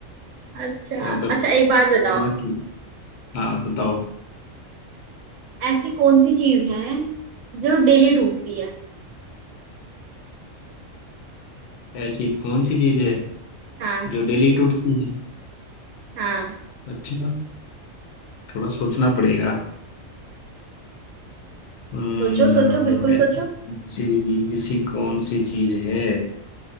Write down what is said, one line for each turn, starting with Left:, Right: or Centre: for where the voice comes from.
Right: अच्छा
Left: मतलब
Right: अच्छा एक बात बताओ
Left: दिमाग की हाँ बताओ
Right: ऐसी कौन सी चीज है जो डेली टूटती है
Left: ऐसी कौन सी चीज है
Right: हाँ
Left: जो डेली टूटती है
Right: हाँ
Left: अच्छा थोड़ा सोचना पड़ेगा हम्म
Right: सोचो सोचो बिल्कुल
Left: ऐसी
Right: सोचो
Left: कौन सी ऐसी कौन सी चीज है